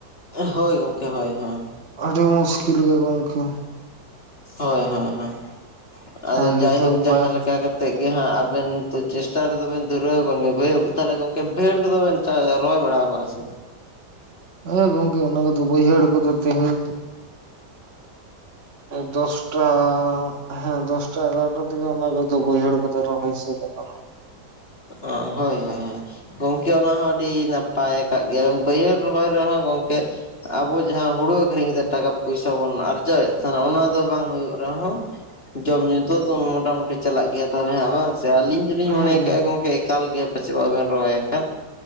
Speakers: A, on the left; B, on the right.
A: ᱦᱳᱭ ᱜᱚᱢᱠᱮ ᱦᱳᱭ ᱦᱳᱭ᱾
B: ᱟᱹᱰᱤ ᱢᱩᱥᱠᱤᱞ ᱜᱮ ᱜᱚᱢᱠᱮ᱾
A: ᱦᱳᱭ ᱦᱳᱭ ᱦᱳᱭ ᱟᱫᱚ
B: ᱟᱨ ᱱᱤᱛᱚᱜ
A: ᱡᱟᱭᱦᱳᱠ ᱡᱟᱸᱦᱟ
B: ᱵᱟᱭ
A: ᱞᱮᱠᱟ ᱠᱟᱛ ᱮᱱᱮᱫ ᱜᱮ ᱦᱟᱸᱜ ᱟᱵᱮᱱ ᱛᱚ ᱪᱮᱥᱴᱟ ᱨᱮᱫᱚ ᱵᱮᱱ ᱫᱷᱩᱨᱟᱹᱣ ᱟᱠᱟᱱ ᱜᱮ ᱵᱷ ᱛᱟᱦᱚᱞᱮ ᱜᱚᱢᱠᱮ ᱵᱷᱤᱲ ᱠᱚᱫᱚ ᱵᱮᱱ ᱪ ᱨᱚᱦᱚᱭ ᱵᱟᱲᱟ ᱠᱚᱜᱼᱟ ᱥᱮ?
B: ᱦᱮᱸ ᱜᱚᱢᱠᱮ ᱚᱱᱟ ᱠᱚᱫᱚ ᱵᱟᱹᱭᱦᱟᱹᱲ ᱠᱚᱫᱚ ᱛᱮᱸᱦᱮᱸᱧ <inaudible> ᱫᱚᱥᱴᱟᱻ ᱦᱮᱸ ᱫᱚᱥᱴᱟ ᱮᱜᱟᱨᱚᱴᱟ ᱫᱤᱜᱮ ᱚᱱᱟ ᱠᱚᱫᱚ ᱵᱟᱹᱭᱦᱲ ᱠᱚᱫᱚ ᱨᱚᱦᱚᱭ ᱥᱟᱹᱛ ᱟᱠᱟᱱᱟ᱾
A: ᱮ ᱦᱳᱭ ᱦᱳᱭ ᱦᱳᱭ ᱜᱚᱢᱠᱮ ᱚᱱᱟ ᱦᱚᱸ ᱟᱰ ᱰᱤ ᱱᱟᱯᱟᱭ ᱟᱠᱟᱫ ᱜᱮᱭᱟ ᱵᱟᱹᱭᱦᱟᱹᱲ ᱨᱚᱦᱚᱭ ᱨᱮᱸᱦᱚ ᱜᱚᱢᱠᱮ ᱟᱵᱚ ᱡᱟᱸᱦᱟ ᱦᱩᱲᱩ ᱟᱹᱠᱷᱨᱤᱧ ᱠᱟᱛᱮᱫ ᱴᱟᱠᱟ ᱯᱚᱭᱥᱟ ᱵᱚᱱ ᱟᱨᱡᱟᱣᱮᱫ ᱚᱱᱟ ᱫᱚ ᱵᱟᱝ ᱦᱩᱭᱩᱜ ᱨᱮᱸᱦᱚ ᱡᱚᱢ ᱧᱩ ᱫᱚ ᱢᱚᱴᱟᱢᱩᱴᱤ ᱪᱟᱞᱟᱜ ᱜᱮᱭᱟ ᱛᱟᱦᱚᱞᱮ ᱦᱟᱸᱜ ᱵᱟᱝ ᱥᱮ, ᱟᱞᱤᱧ ᱫᱚᱞᱤᱧ
B: ᱦᱮᱸ
A: ᱢᱚᱱᱮ ᱜᱚᱢᱠᱮ ᱮᱠᱟᱞ ᱜᱮ ᱯᱟᱪᱮᱫ ᱵᱟᱵᱮᱱ ᱨᱚᱦᱚᱭᱟᱠᱟᱫ᱾